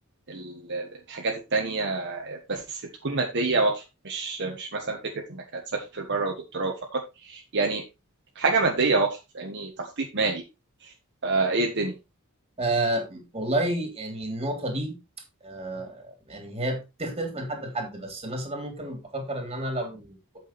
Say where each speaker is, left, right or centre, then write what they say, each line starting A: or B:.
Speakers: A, on the right; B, on the right.
A: ال- ال- الحاجات التانية بس تكون مادية واضحة مش مش مثلا فكرة إنك هتسافر بره ودكتوراه فقط يعني حاجة مادية واضحة فاهمني تخطيط مالي فإيه الدنيا
B: آه والله يعني النقطه دي آه يعني هي بتختلف من حد لحد بس مثلا ممكن افكر ان انا لو